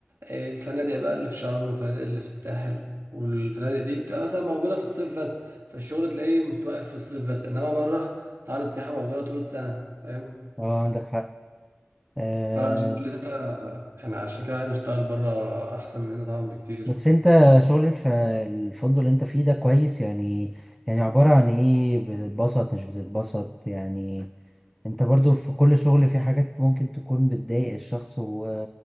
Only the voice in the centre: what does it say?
اه عندك حق آه،
بس انت شغل في الفندق اللي انت فيه ده كويس يعني يعني عبارة عن ايه بتتبسط مش بتتبسط يعني انت برضو في كل شغل في حاجات ممكن تكون بتضايق الشخص و...